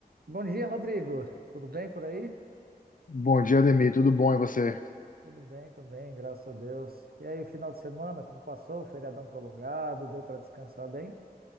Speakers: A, on the right; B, on the left.
A: Bom dia, Rodrigo. Tudo bem por aí?
B: Bom dia, Ademir. Tudo bom? E você?
A: Tudo bem também, graças a Deus. E aí, final de semana, como passou? Feriadão prolongado, deu para descansar bem?